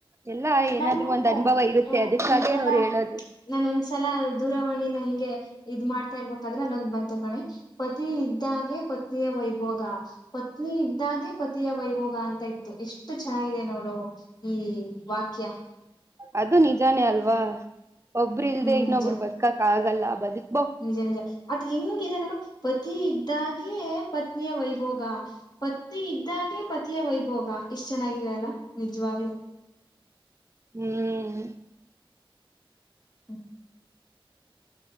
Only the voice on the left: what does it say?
ನಾನು
ಹ
ಒಂದ್ಸಲ
ನಾನ ಒಂದ್ಸಲ ದೂರವಾಣಿನ ಹಿಂಗೆ ಇದ್ ಮಾಡ್ತಾ ಇರ್ಬೇಕ ಇಂದರೆ ನಂದ ಬಂದ ತಕಣೆ ಪನ ಇದ್ದಾಗೆ ಪತ್ನಿಯ ವೈಭೋಗ ಪತ್ನಿ ಇದಾದೆ ಪತಿಯ ವೈಭೋಗ ಅಂತ ಇತ್ತು ಎಷ್ಟು ಚೆನ್ನಾಗಿದೆ ನೋಡು ಹ್ಮ್ ವಾಕ್ಯ
ಹ್ಮ್
ನಿಜ
ನಿಜ ನಿಜ ಅದ ಹೆಂಗಿದೆ ನೋಡು ಪತಿ ಇದ್ದಾಗೆ ಪ ಪತ್ನಿಯ ವೈಭೋಗ ಪತ್ನಿ ಇದ್ದಾಗೆ ಪತಿಯ ವೈಭೋಗ ಎಷ್ಟ ಚೆನ್ನಾಗಿದೆ ಅಲ್ಲ ನಿಜವಾಗ್ಲಲು
ಹ್ಮ